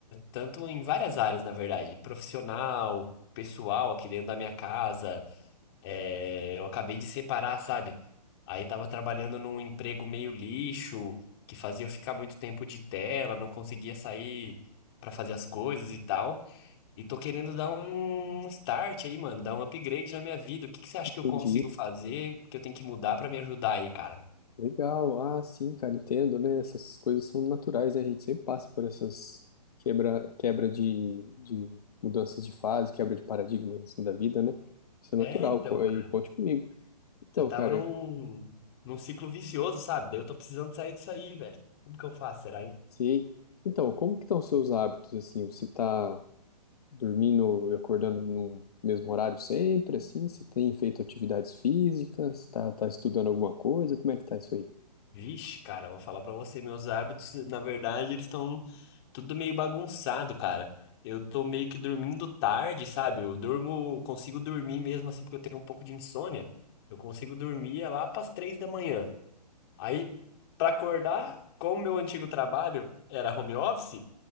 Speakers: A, on the left; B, on the left.
A: tanto em várias áreas, na verdade, profissional, pessoal, aqui dentro da minha casa. É, eu acabei de separar, sabe? Aí tava trabalhando num emprego meio lixo, que fazia eu ficar muito tempo de tela, não conseguia sair pra fazer as coisas e tal. E tô querendo dar um start aí, mano, dar um upgrade na minha vida. O que que você acha
B: entendi.
A: que eu consigo fazer, que eu tenho que mudar pra me ajudar aí, cara?
B: Legal. Ah, sim, cara, entendo, né? Essas coisas são naturais, né? A gente sempre passa por essas quebra, quebra de, de mudanças de fase, quebra de paradigmas assim da vida, né? Isso é natural,
A: É, então,
B: co- aí
A: cara,
B: conte comigo. Então,
A: eu tava
B: cara,
A: num, num ciclo vicioso, sabe? Daí eu tô precisando sair disso aí, velho. Como que eu faço, será, hein?
B: sei. Então, como que estão os seus hábitos assim? Você tá dormindo e acordando no mesmo horário sempre assim? Você tem feito atividades físicas? Tá, tá estudando alguma coisa? Como é que tá isso aí?
A: Vixe, cara, eu vou falar pra você, meus hábitos, na verdade, eles estão tudo meio bagunçado, cara. Eu tô meio que dormindo tarde, sabe? Eu durmo, consigo dormir mesmo assim, porque eu tenho um pouco de insônia. Eu consigo dormir é lá pras três da manhã. Aí, pra acordar, como meu antigo trabalho era home office,